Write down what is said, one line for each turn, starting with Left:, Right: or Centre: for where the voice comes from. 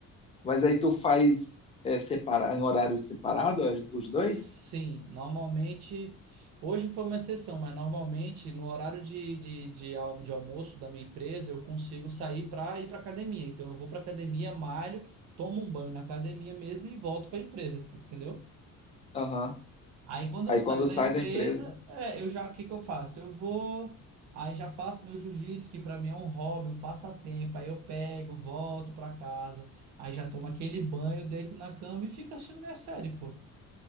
Left: Mas aí tu faz é, separar, em horário separado as- os dois?
Right: Sim, normalmente. Hoje foi uma exceção, mas normalmente no horário de, de, de, al- de almoço da minha empresa eu consigo sair para ir para academia. Então eu vou para academia, malho, tomo um banho na academia mesmo e volto para a empresa, tu- entendeu?
Left: Aham.
Right: Aí quando
Left: Aí
Right: eu saio
Left: quando
Right: da
Left: sai
Right: empresa,
Left: da empresa.
Right: é, eu já, o que que eu faço? Eu vou, aí já faço meu jiu-jitsu, que para mim é um hobby, um passatempo. Aí eu pego, volto para casa, aí já tomo aquele banho, deito na cama e fico assistindo minha série, pô.